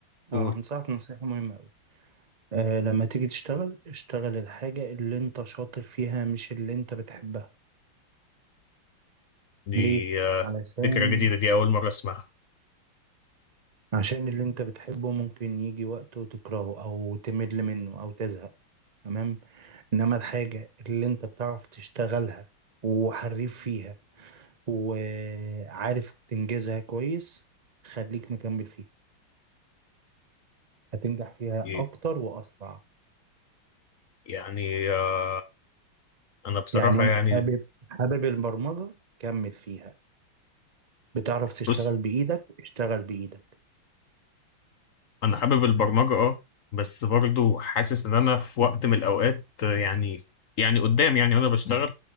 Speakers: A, on the left; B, on the right.
A: قول
B: اه هنصحك نصيحة مهمة أوي آه لما تيجي تشتغل اشتغل الحاجة اللي انت شاطر فيها مش اللي انت بتحبها
A: دي
B: ليه؟
A: آه،
B: علشان
A: فكرة جديدة دي اول مرة اسمعها
B: عشان اللي انت بتحبه ممكن يجي وقت وتكرهه او تمل منه او تزهق تمام انما الحاجة اللي انت بتعرف تشتغلها وحريف فيها وعارف تنجزها كويس خليك مكمل فيها هتنجح فيها
A: دي-
B: أكتر وأسرع
A: يعني آه، انا بصراحة
B: يعني أنت
A: يعني
B: حابب حابب البرمجة كمل فيها بتعرف تشتغل
A: بص
B: بإيدك اشتغل بإيدك
A: انا حابب البرمجه اه بس برضو حاسس ان انا في وقت من الاوقات آه، يعني يعني قدام يعني وانا بشتغل